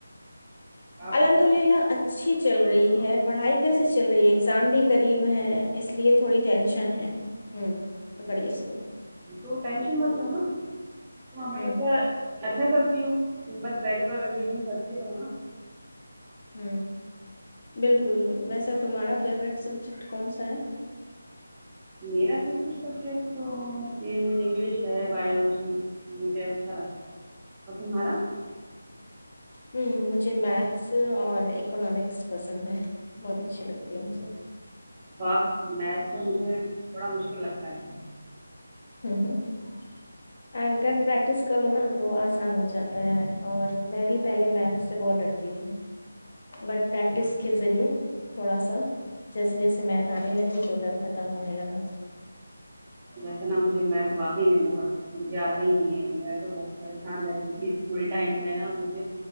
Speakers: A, on the right (about 20°); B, on the left (about 50°).
A: آپ
B: الحمد
A: بتاؤ
B: للہ ا اچھی چل رہی ہے پڑھائی کیسے چل رہی ہے ایگزام بھی قریب ہے اس لیے تھوڑی ٹینشن ہے ہ پکڑیے اس کو
A: تو شن بت ل نا ہش
B: ہ
A: اچھا کرتی ہوں بس ریگولر رویزن کرتی رہو نا
B: ہ بالکل ویسا تمہارا فیوریٹ سبجیکٹ کون سا ہے
A: میرا فیوریٹ سبجیکٹ تو یہ انگلش ہے بایولوجی مجھے اچھا لگتا ات میڈم
B: ہ مجھے میتھس اور اکنامکس پسند ہے بہت اچھی لگتی ہے مجھے
A: واہ میتھ تو مجھے بڑا مشکل لگتا ہے
B: ہ ہ اگر پریکٹس کرو نا تو آسان ہو جاتا ہے اور میں بھی پہلے میتھ سے بہت ڈرتی تھی بٹ پریکٹس کے ذریعے تھوڑا سا جیسے جیسے میھ آنے لگی تو ڈر ختم ہونے لگا
A: ویسا نا مجھے م تو واقعی میں بہت مجھے آتا ہی نہیں ہے میں تو بہت پریشان رہتی تھی کوئی ٹائم میں نا مجھے